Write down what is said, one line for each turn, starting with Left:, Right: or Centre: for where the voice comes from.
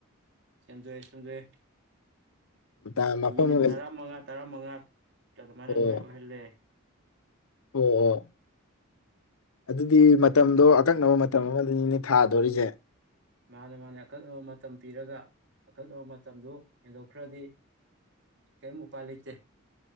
Right: ꯁꯦꯝꯗꯣꯛꯑꯦ ꯁꯦꯝꯗꯣꯛꯑꯦ꯫
Left: ꯃꯇꯥ- ꯃꯐꯝ
Right: ꯃꯤꯅꯤꯠ
Left: ꯑꯃꯒ
Right: ꯇꯔꯥꯃꯉꯥ ꯇꯔꯥꯃꯉꯥ ꯑꯗꯨꯃꯥꯏꯅ
Left: ꯑꯣ
Right: ꯂꯣꯏ ꯑꯣꯏꯍꯜꯂꯦ꯫
Left: ꯑꯣ ꯑꯣ ꯑꯗꯨꯗꯤ ꯃꯇꯝꯗꯣ ꯑꯀꯛꯅꯕ ꯃꯇꯝ ꯑꯃꯗꯅꯤꯅꯦ ꯊꯥꯗꯣꯔꯤꯖꯦ꯫
Right: ꯃꯥꯅꯦ ꯃꯥꯅꯦ ꯑꯀꯛꯅꯕ ꯃꯇꯝ ꯄꯤꯔꯒ ꯑꯀꯛꯅꯕ ꯃꯇꯝꯗꯨ ꯍꯦꯟꯗꯣꯛꯈ꯭ꯔꯗꯤ ꯀꯌꯤꯝ ꯎꯄꯥꯏ ꯂꯩꯇꯦ꯫